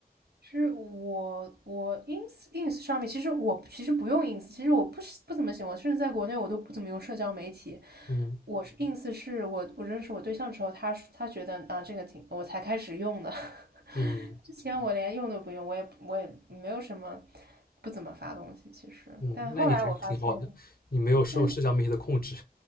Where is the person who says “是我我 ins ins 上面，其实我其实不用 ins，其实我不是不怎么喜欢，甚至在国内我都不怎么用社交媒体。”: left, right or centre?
Right